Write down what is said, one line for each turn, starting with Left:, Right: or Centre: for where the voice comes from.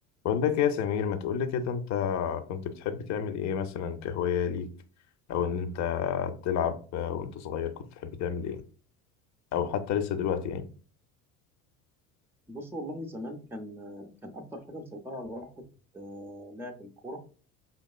Left: بقول لك إيه يا سمير ما تقول لي كده انت كنت بتحب تعمل ايه مثلا كهواية ليك او ان انت تلعب وانت صغير كنت بتحب تعمل ايه او حتى لسه دلوقتي يعني
Centre: بص والله زمان كان كان اكتر حاجه مسيطره على الواحد آه، لعب الكوره